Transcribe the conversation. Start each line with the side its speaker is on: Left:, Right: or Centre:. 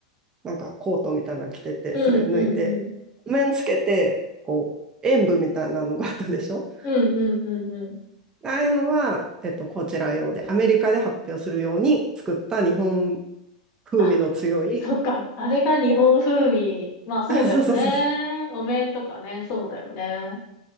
Right: なんかコートみたいなの着てて、
Left: うんうんうん。
Right: それ脱いで、お面つけて、こう、演舞みたいなのがあったでしょ
Left: うんうんうんうん。
Right: ああいうのは、えっと、こちら用で、アメリカで発表するように作った日本風味の強い、
Left: あ、そっか。あれが日本風味。まあそうだよね。
Right: あ、そうそうそうそう。
Left: お面とかね、そうだよね。